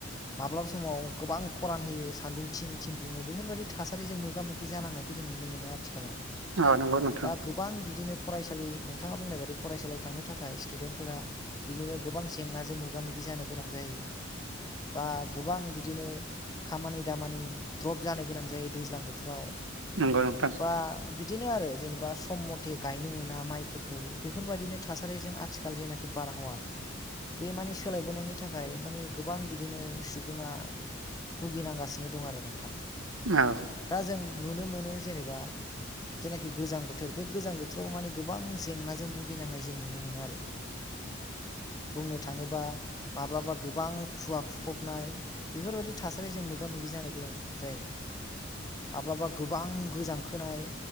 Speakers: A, on the left; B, on the right.
A: माब्लाबा समाव गोबां खरान होयो सान्दुं थं थिंदुङो बेफोरबायदि थासारिजों मोगा मोगि जानांनाय। बेखौ जों नुनो मोनो आथिखालाव।
B: अ नंगौ नोंथां।
A: दा गोबां बिदिनो फरायसालि नोंथाङा बुंनाय बादि फरायसालियाव थांनो थाखाय स्टुडेन्टफोरा। बिदिनो गोबां जेंनाजों मोगि जानो गोनां जायो बा गोबां बिदिनो। खामानि दामानि द्रप जानो गोनां जायो दैज्लां बोथोराव।
B: नंगौ नोंथां।
A: बा बिदिनो आरो जेनेबा सम मथे गायनो मोना माइफोरखौ बेफोरबायदिनो थासारिजों आथिखाल। जे नाखि बार हावा बे मानि सोलायबोनायनि थाखाय मानि गोबां बिदिनो सुबुङा। भुगिनांगासिनो दं आरो नोंथां।
B: औ।
A: दा जों नुनो मोनो जेनेबा। जेनाखि गोजां बोथोर बे गोजां बोथोराव माने गोबां जेंनाजों भुगिनांनाय जों नुनो मोनो आरो। बुंनो थाङोबा माब्लाबा गोबां खुवा खुफबनाय। बेफोरबायदि थासारिजों मोगा मोगि जानो गोनां जायो। माब्लाबा गोबां गोजांखोनाय।